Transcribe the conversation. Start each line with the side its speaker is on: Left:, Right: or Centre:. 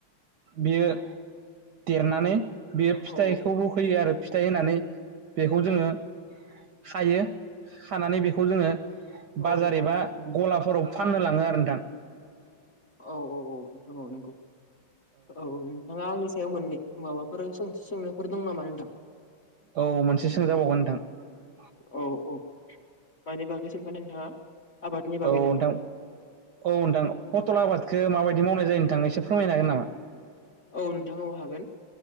Right: बियो देरनानै। बेयो फिथाइखौबो
Left: औ
Right: फोयो आरो फिथाइ होनानै बेखौ जोङो खायो खानानै बेखौ जोङो बाजार
Left: औ नोंथां औ
Right: एबा गला फोरावबो फाननो लाङो आरो नोंथां।
Left: औ औ औ नोंथां औ नंगौ औ औ नोंथाङा आंनि सायाव मोननै माबाफोर सोंथि सोंनोफोर दं नामा नोंथां?
Right: औ मोनसे सोंजाबावगोन नोंथां।
Left: औ-औ मानि बागै सोंगोन नोंथाङा? आबादनि बागै
Right: औ
Left: नामा?
Right: नोंथां औ नोंथां पथल आबादखौ माबायदि- मावनाय जायो थांनो एसे फोरमायनो हागोन नामा?
Left: औ नोंथां औ हागोन